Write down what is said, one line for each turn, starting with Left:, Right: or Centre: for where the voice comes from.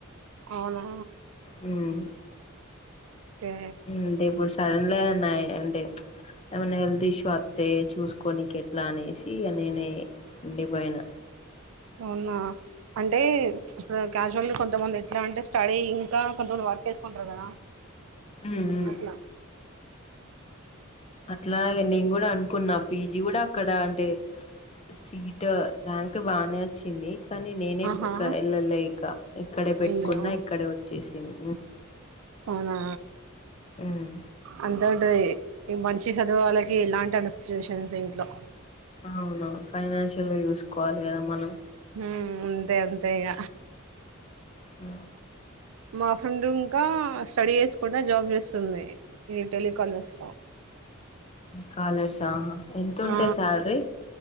Right: అవునా
Left: హ్మ్
Right: కే
Left: అంటే ఇప్పుడు సడన్ గా ఉన్నాయి అంటే ఏమైన్నా హెల్త్ ఇష్యూ వస్తే చూసుకోనికి ఎట్లా అనేసి నేనే ఉండిపోయిన
Right: అవునా అంటే క్యాజువల్ గా కొంతమంది ఎట్లా అంటే స్టడీ ఇంకా కొంతమంది వర్క్ చేసుకుంటారు కదా
Left: హ్మ్ మ్మ్
Right: అట్లా
Left: అట్లాగే నేను కూడా అనుకున్నా పీజీ కూడా అక్కడ అంటే సీట్ ర్యాంక్ బానే వచ్చింది కానీ నేనే
Right: ఆహా
Left: ఇక వెళ్ళలే ఇక ఇక్కడే పెట్టుకున్నా
Right: అయ్యో
Left: ఇక్కడే వచ్చేసింది
Right: అవునా
Left: ఉమ్
Right: అంతే ఉంటది ఈ మంచి చదువే వాళ్ళకి ఇలాంటి అన్స్టిట్యేషన్స్ ఇంట్లో
Left: అవునవును ఫైనాన్షియల్ గా చూసుకోవాలి కదా మనం
Right: హ్మ్ అంతే అంతే ఇగ
Left: ఆ
Right: మా ఫ్రెండ్ ఇంకా స్టడీ చేసుకుంటా జాబ్ చేస్తుంది ఈ టెలి కాలర్స్ లో
Left: కాలర్సా ఎంత ఉంటాయి
Right: ఆ
Left: శాలరీ